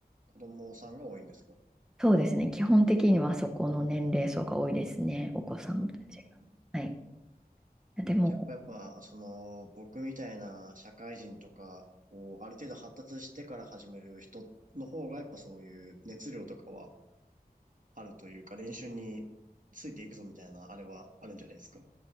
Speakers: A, on the right; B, in the centre.
A: 子供さんが多いんですか
B: そうですね。基本的にはそこの年齢層が多いですね。お子さんたちが。
A: うん、うん、うん
B: はい。でも、
A: やっぱやっぱ、その、僕みたいな社会人とか、こう、ある程度発達してから始める人の方が、やっぱそういう熱量とかはあるというか、練習についていくぞみたいな、あれはあるんじゃないですか。